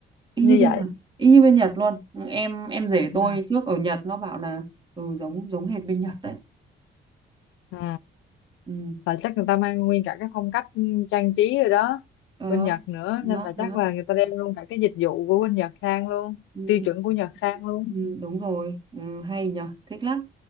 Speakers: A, on the right (about 25°); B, on the left (about 80°).
A: y
B: như
A: như bên
B: vậy
A: Nhật y như bên Nhật luôn Ừ, em em rể tôi
B: ừ
A: trước ở Nhật nó bảo là ừ giống giống hệt bên Nhật đấy
B: ừ
A: ừ
B: là chắc người ta mang nguyên cả cái phong cách ừ, trang trí rồi đó
A: ờ
B: bên Nhật nữa
A: đó
B: nên là
A: đó
B: chắc là người ta đem luôn cả cái dịch vụ của bên Nhật sang luôn
A: Ừ,
B: tiêu chuẩn của Nhật sang luôn
A: ừ, đúng rồi ừ, hay nhở thích lắm